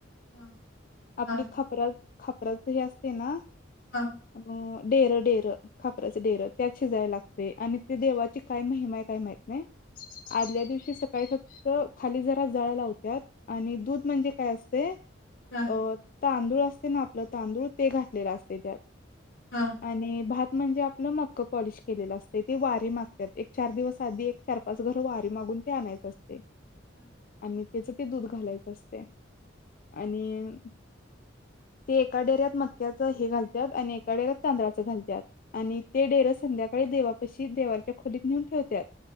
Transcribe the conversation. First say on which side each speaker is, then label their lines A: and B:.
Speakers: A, on the left; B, on the left.
A: ह ह
B: <unintelligible> खापराच हे असते ना.
A: ह
B: <unintelligible> डेर डेर खापचचे डेर त्यात शिजायला. ते आणि ते देवाची काय महिमा आहे काय माहित नाही.
A: ह
B: आदल्या दिवशी.... काही फक्त खाली जरा जाळ लावत्यात. आणि दूध म्हणजे काय असत. ते
A: ह
B: अ तांदूळ असते ना आपलं तांदूळ ते घातलेलं असतय त्यात.
A: <inaudible>
B: आणि भात म्हणजे आपलं मक्क पॉलिश केलेलं असते ते वारी मागतात एक चार दिवस आधी एक चार पाच घर वारी मागून ते आणायचं असतय.
A: <inaudible>
B: आणि त्याच ते दूध घालायचं असतय. आणि ते एका डेऱ्यात मक्याच हे घालतात आणि एका डेऱ्यात. तांदळाच घालत्यात आणि ते डेरं संध्याकाळी देवापशी देवाच्या खोलीत नेऊन ठेवतात.